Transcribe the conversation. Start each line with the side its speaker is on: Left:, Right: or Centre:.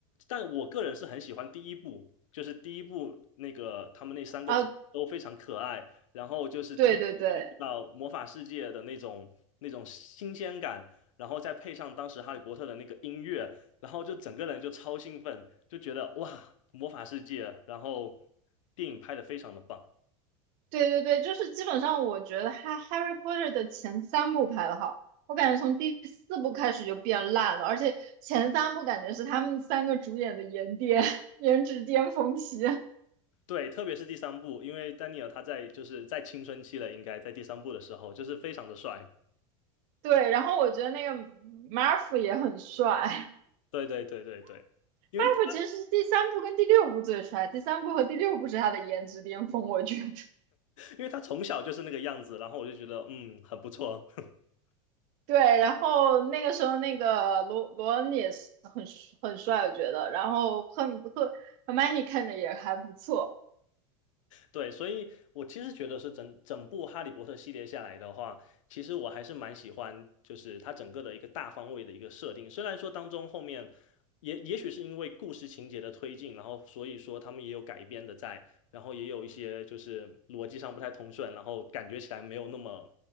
Left: 但我个人是很喜欢第一部，就是第一部那个他们那三个主角都非常可爱，
Right: 啊，
Left: 然后就是第一部进入到魔法世界的那种那种新鲜感。
Right: 对对对。
Left: 然后再配上当时哈利波特的那个音乐，然后就整个人就超兴奋，就觉得哇，魔法世界，然后电影拍得非常的棒。
Right: 对对对，就是基本上我觉得哈《Harry Potter》的前三部拍的好，我感觉从第四部开始就变烂了，而且前三部感觉是他们三个主演的颜巅 <laughs> 颜值巅峰期。
Left: 对，特别是第三部，因为丹尼尔他在就是在青春期了，应该在第三部的时候就是非常的帅。
Right: 对，然后我觉得那个 Marv 也很帅
Left: 对对对对对，因为他
Right: ，Marv 其实是第三部跟第六部最帅，第三部和第六部是他的颜值巅峰，我觉得。
Left: 因为他从小就是那个样子，然后我就觉得嗯很不错。<laughs>
Right: 对，然后那个时候那个罗罗恩也是很很帅，我觉得，然后赫赫 h e r m i n e 看着也还不错。
Left: 对，所以我其实觉得是整整部《哈利波特》系列下来的话，其实我还是蛮喜欢，就是它整个的一个大方位的一个设定。虽然说当中后面也也许是因为故事情节的推进，然后所以说他们也有改编的在，然后也有一些就是逻辑上不太通顺，然后感觉起来没有那么